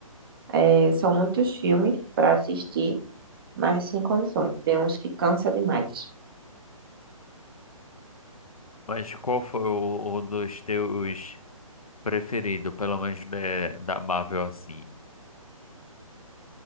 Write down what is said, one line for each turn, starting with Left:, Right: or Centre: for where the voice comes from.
Right: É, são muitos filmes para assistir, mas sem condições. Tem uns que cansa demais.
Left: Mas qual foi o, o dos teus preferido, pelo menos de- da Marvel assim?